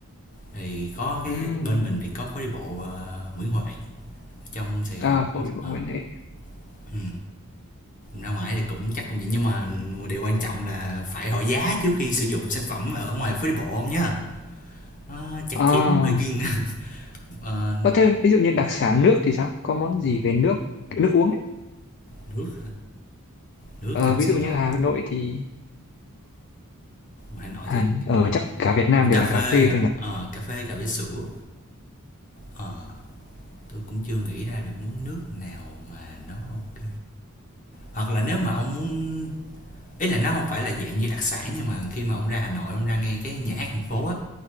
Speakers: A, on the left (about 35°); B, on the left (about 55°).
A: thì có cái
B: ừm.
A: bên mình thì có phố đi bộ ờ, Nguyễn Huệ trong Sài Gòn
B: à
A: thì có
B: phố đi bộ
A: ờ,
B: Nguyễn Huệ
A: ừ. ra ngoài thì cũng chắc cũng vậy nhưng mà điều quan trọng là phải hỏi giá trước khi sử dụng sản phẩm ở ngoài phố đi bộ không nhá nó chặt
B: à
A: chém hơi kiêng <laughs> Ờ,
B: Ờ, thêm ví dụ như đặc sản nước thì sao? Có món gì về nước, kiểu nước uống ấy?
A: nước nước
B: Ờ,
A: trong
B: ví
A: Sài
B: dụ như
A: Gòn
B: Hà Nội thì
A: Hà Nội
B: Hàn
A: thì
B: ở chắc cả Việt Nam
A: cũng
B: đều
A: cà
B: là
A: phê
B: cà phê
A: à
B: thôi nhỉ?
A: Ờ, cà phê cà phê sữa Ờ, tôi cũng chưa nghĩ ra được món nước nào mà nó ok hoặc là nếu mà ông muốn ý là nó không phải là dạng như đặc sản nhưng mà khi mà ông ra Hà Nội ông ra ngay cái nhà hát thành phố á